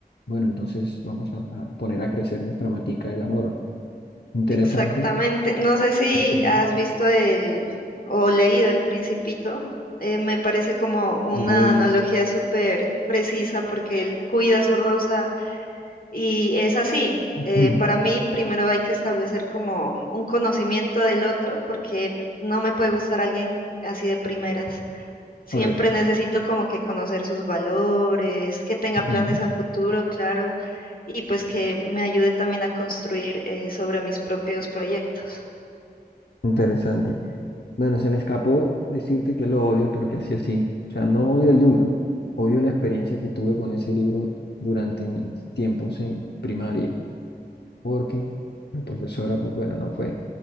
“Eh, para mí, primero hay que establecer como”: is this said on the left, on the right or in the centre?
Left